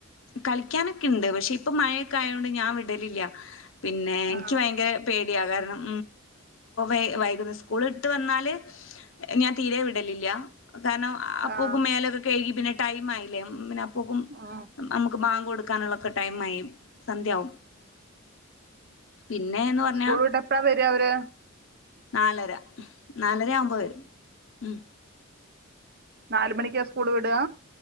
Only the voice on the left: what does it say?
കളിക്കാനൊക്കെ ഉണ്ട് പക്ഷെ ഇപ്പ മഴയൊക്കെ ആയതത്ൊണ്ട് ഞാൻ വിടലില്ല പിന്നെ എനിക്ക്
ഭയങ്കര പേ ടിയാകാരണം ഇ വൈകുന്ന സ്കൂള വിട്ട്ന്നാല് ഞാൻ തീരെ വിടലില്ല കാരണം ആപ്പൂക്കും
മേലൊക്കെ കഴി പിന്നെ ടൈം ആയില്ലേ പിന്നെ അപ്പോക്കും
നമുക്ക് ബാങ്ക് കൊടുക്കാനുള്ളൊക്കെ ടൈം ആയി സന്ധ്യയാവും പിന്നെന്ന് പറഞ്ഞാ
നാലര നാലര ആവുമ്പോ വരും ഉ